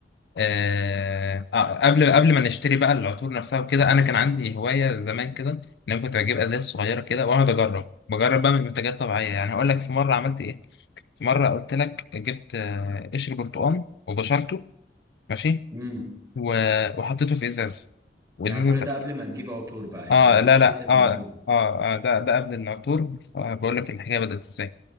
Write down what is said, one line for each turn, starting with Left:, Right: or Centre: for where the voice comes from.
Left: آه آه، قبل قبل ما نشتري بقى العطور نفسها وكده انا كان عندي هواية زمان كده ان انا كنت بجيب ازايز صغيرة كده واقعد اجرب بجرب بقى من منتجات طبيعية يعني هقول لك في مرة عملت ايه في مرة قلت لك جبت آه، قشر برتقال وبشرته ماشي
Right: امم
Left: و- وحطيته في إزاز وإزازة
Right: يعني كل ده
Left: تق-
Right: قبل ما تجيب عطور بقى يعني
Left: اه
Right: دي
Left: لا
Right: بداية
Left: لا
Right: الموضوع
Left: اه اه, آه ده ده قبل العطور فبقول لك الحكاية بدأت ازاي